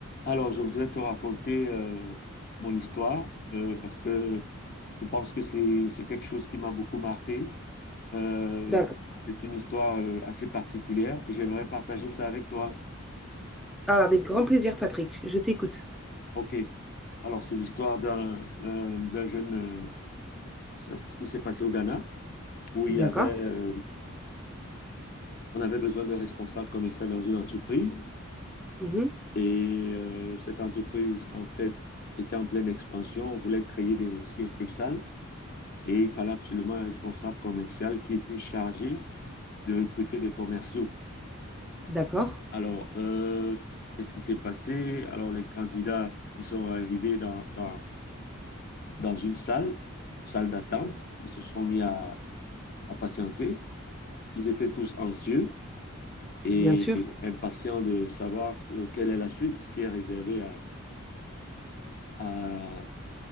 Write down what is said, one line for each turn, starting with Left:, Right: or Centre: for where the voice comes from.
Left: Alors, je voudrais te raconter euh, mon histoire euh, parce que je pense que c'est c'est quelque chose qui m'a beaucoup marqué. Euh,
Centre: D'accord.
Left: c'est une histoire euh, assez particulière et j'aimerais partager ça avec toi.
Centre: Ah, avec grand plaisir, Patrick. Je t'écoute.
Left: Ok. Alors, c'est l'histoire d'un euh, d'un jeune euh, ça, c'est ce qui s'est passé au Ghana où il
Centre: D'accord.
Left: y avait euh, on avait besoin de responsables commerciaux dans une entreprise
Centre: Mhm.
Left: et euh, cette entreprise en fait était en pleine expansion, voulait créer des circuits salles Et il fallait absolument un responsable commercial qui était chargé de recruter des commerciaux.
Centre: D'accord.
Left: Alors, euh, qu'est-ce qui s'est passé? Alors, les candidats, ils sont arrivés dans, dans, dans une salle, salle d'attente. Ils se sont mis à, à patienter. Ils étaient tous anxieux et
Centre: Bien sûr.
Left: impatients de savoir euh, quelle est la suite qui est réservée à, à